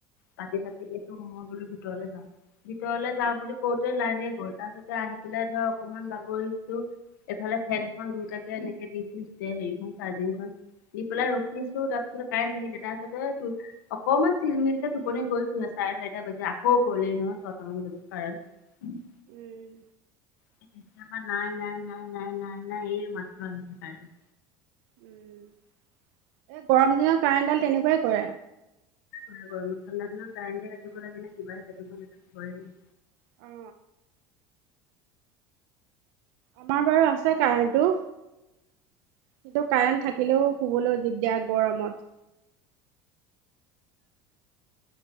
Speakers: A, on the left (about 80°); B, on the right (about 75°).
A: পাতি ছাতি দিছোঁ মই বোলো ভিতৰলৈ যাওঁ ভিতৰলে যাওঁ
B: উম
A: বুলি কওতে লাইন গ'ল, তাৰপিছতে আহি পেলাই ধৰ অকমান বাগৰিছো। এইফালে ফেনখন দুইটাকে এনেকে দি ফুৰিছে সেৰিখন চাৰ্জিং খন। দি পেলাই ৰখিছো, তাৰপিছত কাৰেণ্ট আহিলে, তাৰপিছতে এই তুৰ অকমান চিলমিলকে টোপনি গৈছোহে, চাৰে চাৰিটা বাজি আকৌ গলেই নহয় ছয়টামান বজাত কাৰেণ্ট। <unintelligible>
B: উম।
A: এই তেতিয়া পা নাই নাই নাই নাই নাই নাই এই মাত্ৰ আহিছে কাৰেন্ট
B: উম এই গৰম দিনৰ কাৰেণ্টডাল তেনেকুৱাই কৰে।
A: এই গৰমত ঠাণ্ডাদিনত কাৰেণ্টে কাটিব লাগে, কিবাহে কাটিব লাগে হোৱাই নাই।
B: অ। আমাৰ বাৰু আছে কাৰেন্টটো সেইটো কাৰেণ্ট থাকিলেও শুবলৈ দিগদাৰ গৰমত